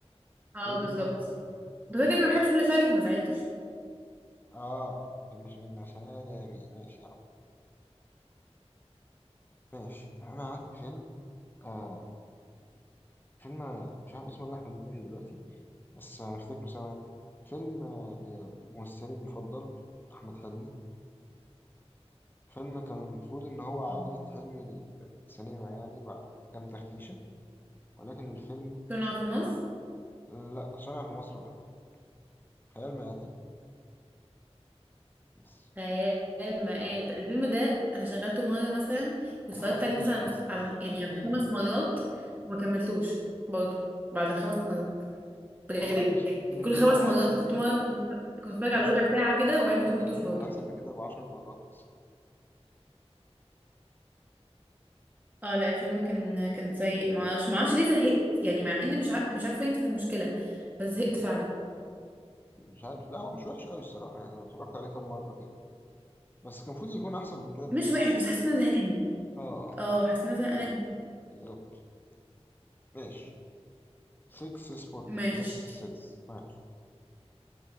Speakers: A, on the right; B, on the left.
A: اه
B: هي
A: بالظبط
B: دي النقطة يعني
A: بس انا
B: ماشي
A: كده كده ما بحبش منى شلبي فما زعلتش
B: آه مش منة شلبي ماشي يا عم ماشي أنا عندي فيلم آه فيلم آه، مش عارف اسمه رايح من دماغي دلوقتي بس هنفتكره سوا يعني فيلم آه، لممثلي المفضل أحمد حلمي فيلم كان المفروض إن هو عودة
A: مم.
B: حلمي للسينما يعني بعد كام تخيشة ولكن الفيلم
A: كنا في مصر
B: لأ عشان أنا في مصر بحبه خيال مآتة بس
A: خيال مآت الفيلم ده انا شغلته مره مثلا واتفرجت
B: على فكرة مش
A: عليه
B: وحش
A: مثلا على
B: بس
A: مست... على م- يعني على
B: إيه
A: خمس مرات وما كملتوش برضه بعد الخمس مرات بجد
B: والله مش
A: يعني
B: مش بالوحاشة
A: كل خمس مرات
B: ديت
A: كنت مره كنت بتف- كنت بتفرج
B: بس
A: على ربع ساعه كده وبعدين
B: يعني
A: ما كملتوش
B: كان المفروض
A: برضه
B: يكون أحسن من كده بعشر مرات مثلا
A: اه لا الفيلم كان كان سيء ما اعرفش ما اعرفش ليه زهقت يعني مع ان مش ع... مش عارفه فين كانت المشكله بس زهقت فعلا
B: مش عارف لا هو مش وحش أوي الصراحة يعني أنا اتفرجت عليه كام مرة كده بس كان المفروض يكون أحسن من كده بكتير
A: مش وحش بس حاسه ان انا زهقانه
B: آه
A: اه حاسه ان انا زهقانه جدا
B: بالظبط ماشي 6 سبوت
A: ماشي
B: المركز السادس معاك